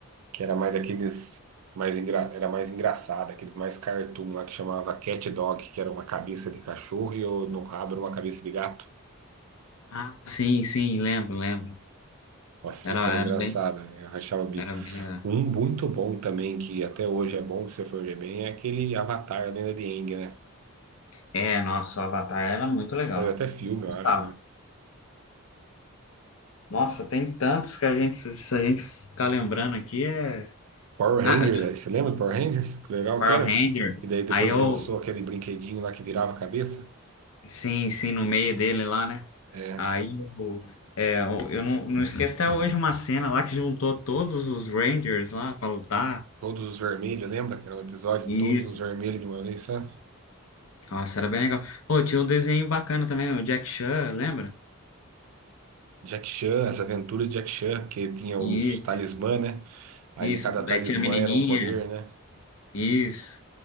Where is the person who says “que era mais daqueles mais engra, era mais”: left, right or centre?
Right